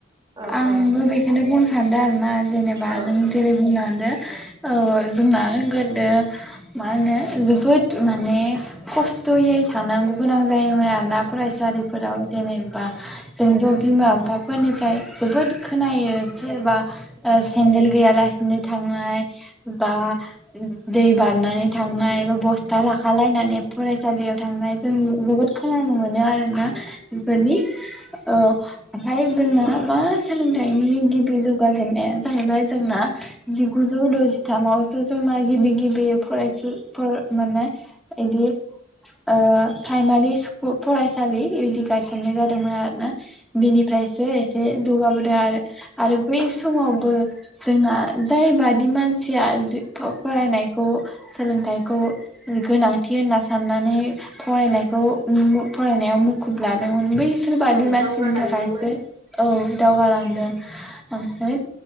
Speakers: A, on the right (about 25°); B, in the centre.
A: अ
B: आंबो
A: अ
B: बेखौनो बुंनो सान्दों आरोना जेनेबा
A: अ
B: नों जेरै बुं लांदो औ जोंना गो दो मा होनो जोबोद माने खस्थ'यै थांनांगौ गोनां जायोमोन आरोना फरायसालिफोराव जेनेबा बिमा बिफाफोरनिफ्राय जोबोद खोनायो सोरबा ओ से नदेल गैयालासिनो थांनाय बा उम दै बारनानै थांनाय एबा ब स्था लाखा लायनानै फरायसालियाव थांनाय जों जोबोद खोनानो मोनो आरोना बेफोरनि अ ओमफ्राय जों ना मा सोलोंथाइनि गिबि जौगाजेननाया जाहैबाय जोंना जिगुजौ द'जिथामावसो जोंना गिबि गिबि फरायसु फोर माने इदि ओ प्राइमारि फरायसालि गायसननाय जादोंमोन आरो ना बेनिफ्रायसो‌ एसे जौगाबोदों आरो आरो बै समावबो जोंना जायबादि मानसिया फरायनायखौ सोलोंथाइखौ गोनांथि होनना साननानै फरायनायखौ ओम फरायनायाव मुखुब लादोंमोन बै बेसोर बादि
A: औ
B: मानसि
A: दावगालांदोंमोन
B: नि थाखायो औ दावगालांदों
A: औ
B: ओमफ्राय